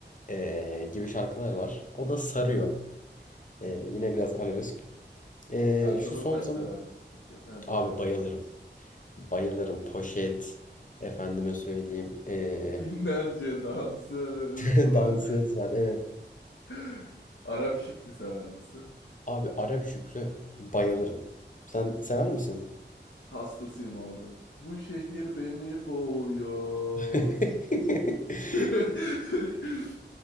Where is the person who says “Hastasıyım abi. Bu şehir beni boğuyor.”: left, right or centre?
Left